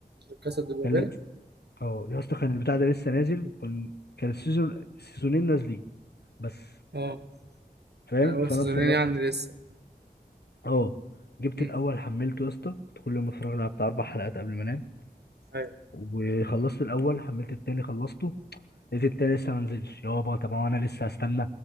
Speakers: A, on the right; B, on the left.
A: كاسا دي بابيل
B: كان لسه اه يا اسطى كان البتاع ده لسه نازل وكان كان السيزون السيزونين نازلين بس
A: اه
B: فاهم
A: كان اول
B: فانا
A: سيزونين
B: اتفرجت
A: يعني لسه
B: اه جبت
A: امم
B: الاول حملته يا اسطى كنت كل يوم اتفرج على بتاع اربع حلقات قبل ما انام
A: ايوه
B: وخلصت الاول حملت التاني خلصته لقيت التاني لسه ما نزلش يابا طب هو انا لسه هستنى